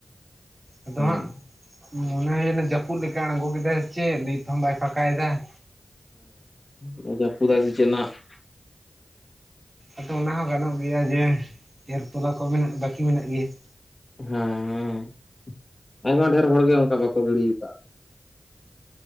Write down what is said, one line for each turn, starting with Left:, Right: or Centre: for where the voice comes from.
Right: ᱟᱫᱚ
Left: ᱦᱮᱸᱼᱼ
Right: ᱦᱟᱸᱜ ᱢᱚᱱᱮ ᱦᱩᱭᱱᱟ ᱡᱟᱹᱯᱩᱫ ᱞᱮᱠᱟ ᱟᱬᱜᱚ ᱠᱮᱫᱟᱭ ᱪᱮᱫ ᱱᱤᱛ ᱦᱚᱸ ᱵᱟᱭ ᱯᱷᱟᱠᱟᱭᱮᱫᱟ ᱾
Left: ᱦᱩᱸ ᱡᱟᱹᱯᱤᱫ ᱟᱭ ᱥᱮ ᱪᱮᱫ ᱱᱟᱜ ᱾
Right: ᱟᱫᱚ ᱚᱱᱟ ᱦᱚᱸ ᱜᱟᱱᱚᱜ ᱜᱮᱭᱟ ᱡᱮ, ᱮᱨ ᱛᱚᱞᱟ ᱠᱚ ᱢᱮᱱᱟᱜ ᱵᱟᱹᱠᱤ ᱢᱮᱱᱟᱜ ᱜᱮᱭᱟ ᱾
Left: ᱦᱩᱸ ᱟᱭᱢᱟ ᱰᱷᱮᱨ ᱦᱚᱲᱜᱮ ᱚᱱᱠᱟ ᱵᱟᱠᱚ ᱜᱤᱲᱤᱭᱟᱠᱟᱫ ᱾